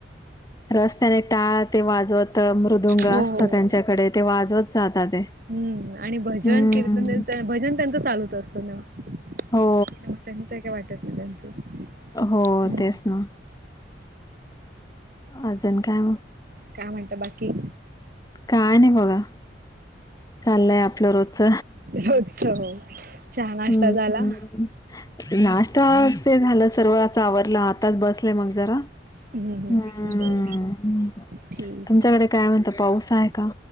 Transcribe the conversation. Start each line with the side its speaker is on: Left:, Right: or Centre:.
Left: रस्त्याने टात ते वाजवत मृदुंग
Right: हो
Left: असत
Right: हो
Left: त्यांच्याकडे ते वाजवत जातात.
Right: हम्म आणि भजन
Left: हम्म
Right: कीर्तन भजन त्यांच चालूच असतं ना. त्याच्यामुळे
Left: हो
Right: त्यांनी तेय काय वाटत नाही त्यांचं.
Left: हो
Right: हम्म
Left: तेच ना. अजून काय.
Right: काय म्हणत बाकी.
Left: काय नाही बघा चाललंय आपलं रोजच
Right: रोजस चहा नाश्ता
Left: हम्म
Right: झाला.
Left: नाश्ता ते झालं सर्वळाच आवरला आताच बसलंय मग जरा.
Right: हम्म हम्म
Left: हम्म
Right: बर ठीक
Left: तुमच्याकडे काय म्हणत पाऊस आहे का?